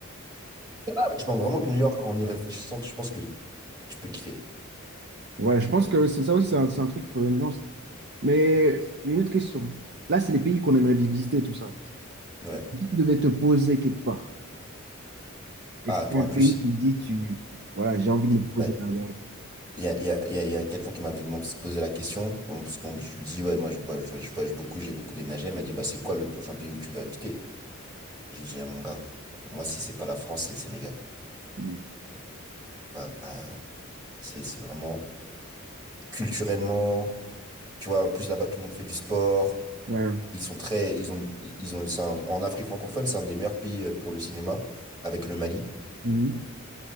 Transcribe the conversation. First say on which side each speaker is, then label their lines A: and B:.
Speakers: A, on the right (about 20°); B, on the right (about 50°).
A: Ah, oui. Je pense vraiment que New York, en y réfléchissant, je pense que tu peux kiffer.
B: Ouais, je pense que c'est ça aussi, c'est un, c'est un truc qu'il faudrait une lance. Mais une autre question. Là, c'est les pays qu'on aimerait bien visiter, tout ça.
A: Ouais.
B: Si tu devais te poser quelque part, est-ce
A: Ah,
B: qu'il
A: t-
B: y
A: en
B: a un
A: plus,
B: pays qui te dit, tu... voilà, j'ai envie
A: il
B: de me poser
A: ouais,
B: là-bas?
A: il y a, il y a, il y a- il y a quelqu'un qui m'avait demandé- posé la question, bon, parce qu'on je lui dis, ouais, moi, je, bah, je, voyage je voyage beaucoup, j'ai beaucoup déménagé. Elle m'a dit, bah, c'est quoi le prochain pays où tu vas habiter? J'ai dit, ah, mon gars, moi, si c'est pas la France, c'est le Sénégal.
B: Mhm.
A: Bah, euh, c'est c'est vraiment culturellement. Tu vois, en plus là-bas, tout le monde fait du sport.
B: Ouais.
A: Ils sont très, ils ont, ils ont, c'est un- en Afrique francophone, c'est un des meilleurs pays euh, pour le cinéma avec le Mali.
B: Mhm.